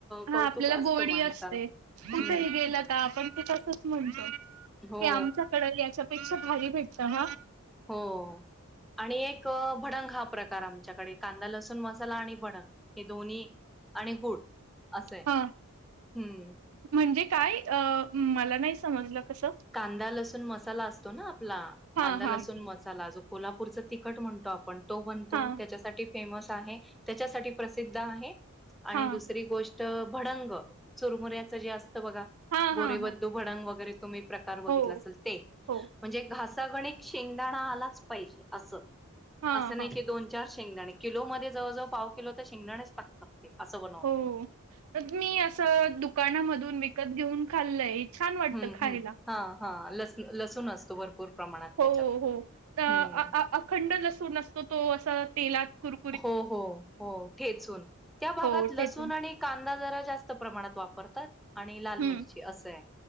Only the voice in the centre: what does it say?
कौतुक
असतं
माणसाला.
हम्म
हो
हो. आणि एक भडंग हा प्रकार आमच्याकडे कांदा लसूण मसाला आणि भडंग हे दोन्ही आणि गुळ असंय
हम्म
कांदा लसूण मसाला असतो ना आपला
कांदा
लसूण म साला जो कोल्हापूरचा तिखट म्हणतो आपण तो बनतो
त्याच्यासाठी फेमस आहे त्याच्यासाठी प्रसिद्ध आहे आणि
दुसरी गोष् त भडंग चुरमुऱ्याच जे असतं बघा
गोरेबंधू
भडंग वगैरे तुम्ही कार बघितला
असेल ते
म्हणजे घसागणिकं शेंगदाणा आलाच पाहिजे अस
असं नाही
की दोन चार शेंगदाणे किलो मध्ये जवळजवळ पाव किलो तर शेंगदाणेच टाकतात ते असं बर
हम्म
हम्म हा हा लस लसूण असतो भरपूर प्रमाणात
त्याच्यात
हम्म
हो हो हो ठेचून त्या भागात
लसुण
आणि कांदा जरा जास्त प्रमाणात वापरतात आणि लाल
मिरची असं हाय.